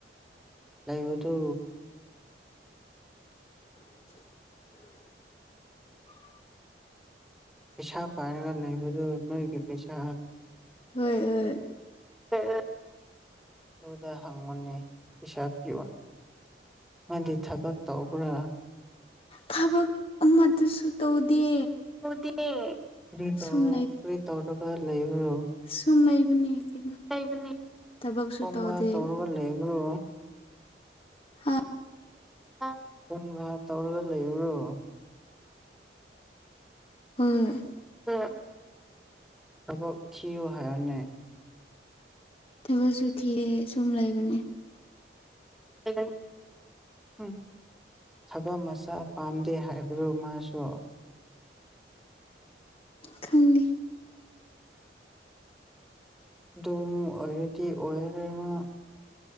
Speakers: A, in the centre; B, on the left (about 30°).
A: ꯂꯩꯕꯗꯨ
B: <inaudible>
A: ꯄꯩꯁꯥ ꯄꯥꯏꯔꯒ ꯂꯩꯕꯗꯨ ꯅꯣꯏꯒꯤ ꯄꯩꯁꯥ
B: ꯍꯣꯏ ꯍꯣꯏ
A: ꯑꯦꯑꯦ ꯑꯗꯨꯗ ꯍꯪꯕꯅꯦ ꯄꯤꯁꯥ ꯄꯤꯌꯣꯟ ꯃꯥꯗꯤ ꯊꯕꯛ ꯇꯧꯕ꯭ꯔꯥ
B: ꯊꯕꯛ ꯑꯃꯗꯨꯁꯨ ꯇꯧꯗꯦ
A: ꯇꯧꯗꯦ ꯀ꯭ꯔꯤ ꯇꯧ
B: ꯁꯨꯝ ꯂꯩꯕꯅꯤ
A: ꯀ꯭ꯔꯤ ꯇꯧꯔꯒ ꯂꯩꯕ꯭ꯔꯣ
B: ꯁꯨꯝ ꯂꯩꯕꯅꯤ ꯀꯩꯅꯣ
A: ꯂꯩꯕꯅꯦ
B: ꯊꯕꯛꯁꯨ
A: ꯍꯣꯝ
B: ꯇꯧꯗꯦ
A: ꯒꯥꯔ꯭ꯗ ꯇꯧꯔꯒ ꯂꯩꯕ꯭ꯔꯣ
B: ꯍꯥ
A: ꯑꯥ ꯍꯣꯝ ꯒꯥꯔ꯭ꯗ ꯇꯧꯔꯒ ꯂꯩꯕ꯭ꯔꯣ
B: ꯍꯣꯏ
A: ꯑꯥ ꯊꯕꯛ ꯊꯤꯌꯨ ꯍꯥꯏꯌꯨꯅꯦ
B: ꯊꯕꯛꯁꯨ ꯊꯦꯑꯦ ꯁꯨꯝ ꯂꯩꯕꯅꯦ
A: <unintelligible> ꯎꯝ ꯊꯕꯛ ꯃꯆꯥ ꯄꯥꯝꯗꯦ ꯍꯥꯏꯕ꯭ꯔꯣ ꯃꯥꯁꯨ
B: ꯈꯪꯗꯦ
A: ꯑꯗꯨꯝ ꯑꯣꯏꯔꯗꯤ ꯑꯣꯏꯔꯔꯣꯢ ꯃꯥ